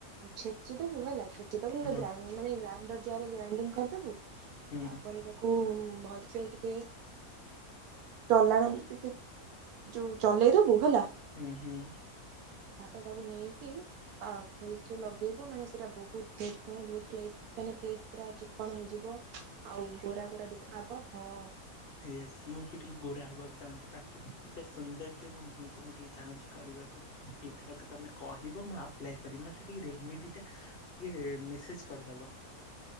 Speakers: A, on the right (about 85°); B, on the left (about 40°).
A: ଛେଚି ଦବୁ ହେଲା ଛେଚିଦବୁ
B: ହଁ
A: ନଲେ ଗ୍ରାଇ ମାନେ ଗ୍ରାଇଣ୍ଡର ଯାରରେ ଗ୍ରାଇଡିଙ୍ଗ କରିଦବୁ ତାପରେ
B: ହୁଁ
A: ତାକୁ ଭଲସେ ଟିକେ ଚଲାଣ ବି ଟିକେ ଯୋଉ ଚଲେଇଦବୁ ହେଲା
B: ହୁଁ ହୁଁ।
A: ଆପଣ ତାକୁ ନେଇକି ଅଫିସ ରେ ଲଗେଇବୁ ମାନେ ସେଟା ବହୁତ ଫ୍ରେସ। ଫେସ୍ ପୁରା ଚିକଣ ହେଇଯିବ ଆଉ ଗୋର ଗୋରା ଦେଖାହବ ହଁ
B: ୟେସ ମୁଁ ବି ଟିକେ ଗୋରା ହବାକୁ ଚାହୁଁଛି ପ୍ରାକୃତିକ ସୌନ୍ଦର୍ଯ୍ୟ ମୋ ମୁହଁକୁ ମୁଁ ଟିକେ ଚାହୁଁଛି କରିବାକୁ। ଏଇଥରକ ତମେ କହିବ ମୁଁ ଆ କରି ମତେ ଟିକେ ରେମେଡୀ ଟା ଟିକେ ମେସେଜ କରିଦବ।